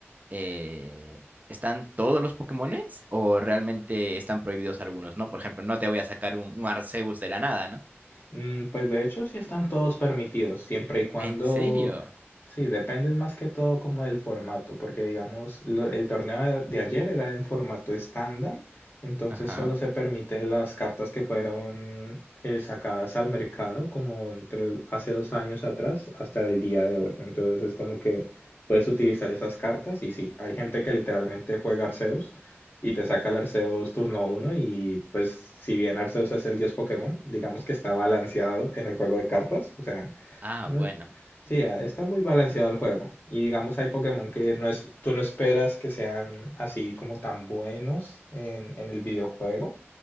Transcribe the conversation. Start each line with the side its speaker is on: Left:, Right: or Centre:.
Right: eh, están todos los Pokémones o realmente están prohibidos algunos, ¿no? Por ejemplo, no te voy a sacar un, un Arceus de la nada, ¿no?
Left: Mm, Pues de hecho sí están todos permitidos, siempre y cuando,
Right: ¿En serio?
Left: sí, dependen más que todo como del formato, porque digamos, lo- el torneo de ayer era en formato estándar, entonces
Right: Ajá.
Left: solo se permiten las cartas que fueron eh, sacadas al mercado como entre el- hace dos años atrás hasta el día de hoy. Entonces es como que puedes utilizar esas cartas y sí, hay gente que literalmente juega Arceus y te saca el Arceus turno uno y pues si bien Arceus es el dios Pokémon, digamos que está balanceado en el juego de cartas, o sea,
Right: Ah,
Left: no,
Right: bueno.
Left: sí, ah, está muy balanceado el juego y digamos hay Pokémon que no es, tú no esperas que sean así como tan buenos en, en el videojuego,